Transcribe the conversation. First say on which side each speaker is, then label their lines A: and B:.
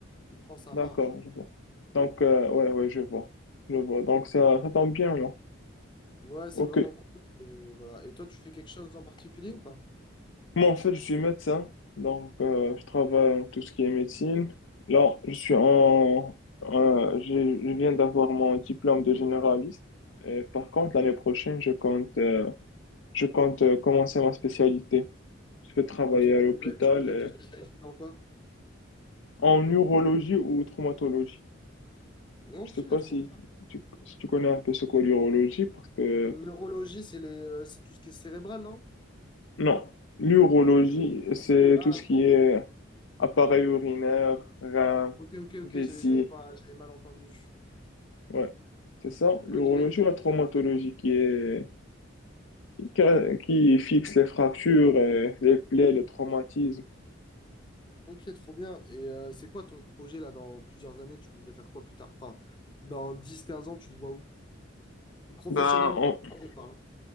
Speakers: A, on the left; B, on the left.
A: Il prend sa
B: d'accord,
A: marge.
B: je vois. Donc, euh, ouais, ouais, je vois. Je vois. Donc,
A: Voilà.
B: ça, ça tombe bien, là.
A: Ouais, c'est
B: OK.
A: vraiment cool. Et, voilà. et toi, tu fais quelque chose en particulier ou pas?
B: Moi, en fait, je suis médecin. Donc, euh, je travaille en tout ce qui est médecine. Là, je suis en, euh, je, je viens d'avoir mon diplôme de généraliste. Et par contre, l'année prochaine, je compte. euh, Je compte euh, commencer ma spécialité. Je vais travailler
A: Ok, tu
B: à l'hôpital
A: voudrais, tu voudrais
B: euh,
A: te spécialiser dans quoi?
B: en neurologie ou traumatologie.
A: Ok,
B: Je sais pas
A: trop
B: si
A: bien.
B: tu, si tu connais un peu ce qu'est l'urologie parce que
A: Neurologie, c'est les, euh, c'est tout ce qui est cérébral, non?
B: non, l'urologie, c'est
A: Ah,
B: tout ce qui est euh, appareil urinaire, rein,
A: ok, ok,
B: vessie.
A: ok, j'ai- j'avais pas, j'avais mal entendu.
B: Ouais. C'est ça,
A: Ok,
B: l'urologie ou la traumatologie qui est qui, qui fixe les fractures, euh, les plaies, les traumatismes.
A: ok, trop bien. Et euh, c'est quoi ton projet là dans plusieurs années? Tu voudrais faire quoi plus tard? Enfin, dans dix, quinze ans, tu te vois où? Professionnellement,
B: Ben, on,
A: je parle.